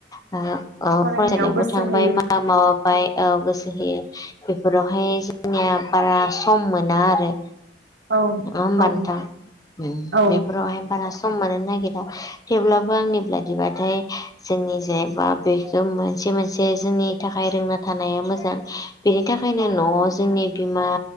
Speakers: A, on the left; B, on the right.
A: <unintelligible>
B: फरायनायाव गोसो
A: थांबाय
B: होयो
A: मा माबाबाय औ गोसो होयो। बेफोरावहाय जोंनिया बारा सम मोना आरो।
B: औ
A: नङा होमबा
B: औ
A: नोंथां
B: औ
A: बेफोरावहाय बारा सम मोननो नागिरा। थेवब्लाबो आंनि बादिबाथाय जोंनि जेनबा बेखौ मोनसे मोनसे जोंनि थाखाय रोंना थानाया मोजां। बेनि थाखायनो न'आव जोंनि बिमा